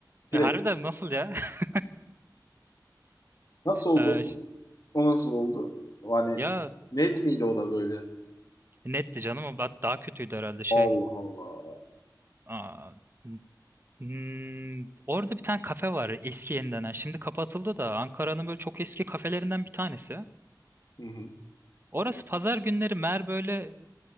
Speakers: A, on the right (about 30°); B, on the left (about 55°).
A: E,
B: Direkt
A: harbiden nasıl ya? <laughs>
B: nasıl oldu?
A: E, ş-
B: O nasıl oldu? Hani
A: ya
B: net miydi o da böyle?
A: netti canım. o Daha daha kötüydü herhalde şey.
B: Allah Allah.
A: Aa, hmm, orada bir tane kafe var. Eski yeniden. ha. Şimdi kapatıldı da. Ankara'nın böyle çok eski kafelerinden bir tanesi.
B: Hı hı.
A: Orası pazar günleri meğer böyle